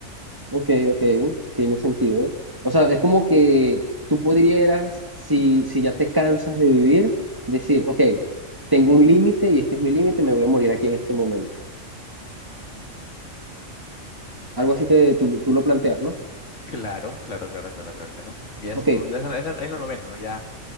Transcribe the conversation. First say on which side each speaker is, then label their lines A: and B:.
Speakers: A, on the right; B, on the left.
A: ok, ok, tiene sentido. O sea, es como que tú podrías, si, si ya te cansas de vivir, decir, ok, tengo un límite y este es mi límite, me voy a morir aquí en este momento. Algo así te, tú, tú lo planteas, ¿no?
B: Claro, claro, claro, claro, claro, claro. Porque ya
A: Ok,
B: es, no- ya es la, es la- es la novena, ¿no? Ya